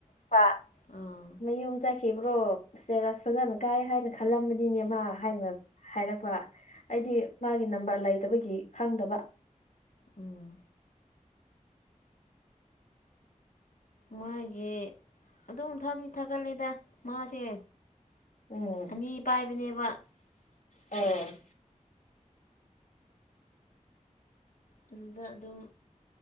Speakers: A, on the left (about 85°); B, on the left (about 65°).
A: ꯄꯥ ꯎꯝ
B: ꯌꯨꯝ ꯆꯥꯏꯈꯤꯕ꯭ꯔꯣ ꯏꯁꯇꯦꯔꯁ ꯐꯖꯅ ꯀꯥꯏ ꯍꯥꯏꯅ ꯈꯜꯂꯝꯕꯅꯤꯅꯦ ꯃꯥ ꯍꯥꯏꯅ ꯍꯥꯏꯔꯛꯄ ꯑꯩꯗꯤ ꯃꯥꯒꯤ ꯅꯝꯕꯔ ꯂꯩꯇꯕꯒꯤ ꯈꯪꯗꯕ
A: ꯎꯝ ꯃꯥꯒꯤ ꯑꯗꯨꯝ ꯊꯥꯗꯤ ꯊꯥꯒꯠꯂꯦꯗ ꯃꯥꯁꯦ
B: ꯎꯝ
A: ꯑꯅꯤ ꯄꯥꯏꯕꯅꯦꯕ
B: ꯑꯣ
A: ꯑꯗꯨꯗ ꯑꯗꯨꯝ